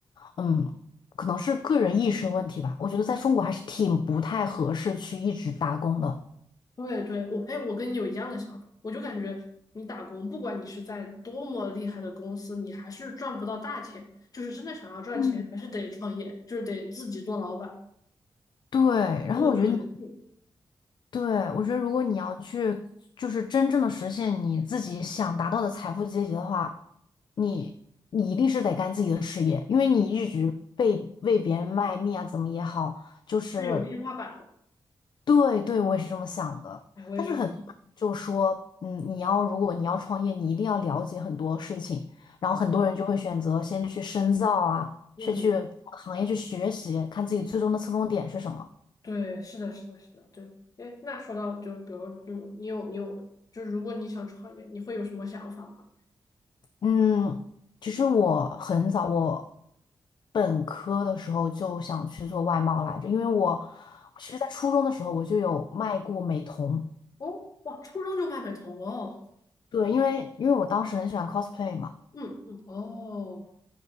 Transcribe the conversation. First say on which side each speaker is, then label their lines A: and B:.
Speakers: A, on the left; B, on the left.
A: 嗯，可能是个人意识问题吧。我觉得在中国还是挺不太合适去一直打工的。
B: 对对，我哎，我跟你有一样的想法，我就感觉你打工，不管你是在多么厉害的公司，你还是赚不到大钱。就是真的想要赚钱，
A: 嗯，
B: 还是得创业，就是得自己做老板。
A: 对，
B: 有这个可能性
A: 然后我觉得你对，我觉得如果你要去，就是真正的实现你自己想达到的财富阶级的话，你你一定是得干自己的事业，因为你一直被为别人卖命啊，
B: 嗯
A: 怎么也好，就是
B: 是有天花板的。
A: 对对，我也是这么想的。
B: 哎，我也同意。
A: 但是很多人就说，嗯，你要如果你要创业，你一定要了解很多事情。然后很多人就会选择先去深造啊，
B: 嗯，
A: 先去行业去学习，看自己最终的侧重点是什么。
B: 对，是的，是的，是的，对。哎，那说到就比如说，就你有你有，就是如果你想创业，你会有什么想法吗？
A: 嗯，其实我很早，我本科的时候就想去做外贸来着，因为我其实在初中的时候我就有卖过美瞳。
B: 哦，哇，初中就卖美瞳哦，
A: 对，因为因为我当时很喜欢 cosplay 嘛。
B: 嗯嗯，哦，